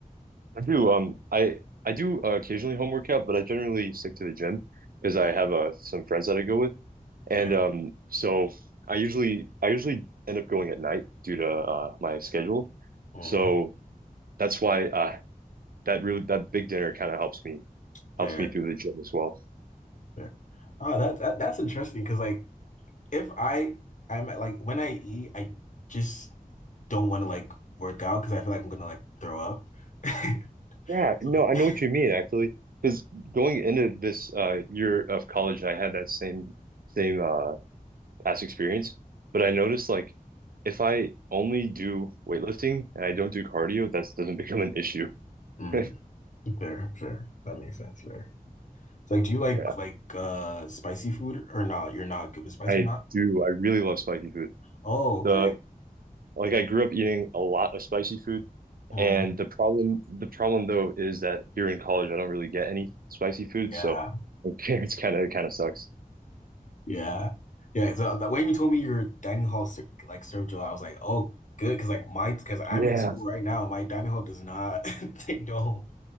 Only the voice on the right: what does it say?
I do. Um, I I do uh, occasionally home workout, but I generally stick to the gym because I
have uh, some friends that I go with,
and um, so I usually I usually end up going at night due to uh, my schedule.
So that's why uh, that really that big dinner kind of helps me
helps me through the gym as well.
Yeah,
no,
I know what you mean actually. Because going into this uh, year of college, I had that same same uh, past experience, but I noticed like if I only do weightlifting and I don't do cardio, that doesn't <laughs> become an issue.
<laughs>
Yeah,
I
do. I really love spicy food.
The like I grew up eating a lot of spicy food,
and the problem the problem though is that here in college I don't really get any spicy food,
so okay, <laughs> it's kind of it kind of sucks.
Yeah.